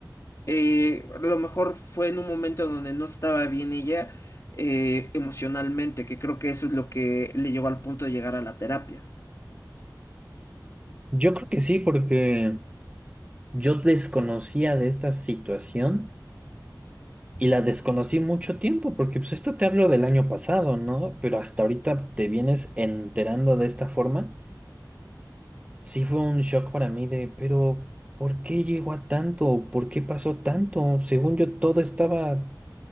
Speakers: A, on the left; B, on the right.
A: Eh, a lo mejor fue en un momento donde no estaba bien ella eh, emocionalmente, que creo que eso es lo que le llevó al punto de llegar a la terapia.
B: Yo creo que sí, porque... Yo desconocía de esta situación y la desconocí mucho tiempo, porque pues esto te hablo del año pasado, ¿no? Pero hasta ahorita te vienes enterando de esta forma. Sí fue un shock para mí de, pero ¿por qué llegó a tanto? ¿Por qué pasó tanto? Según yo todo estaba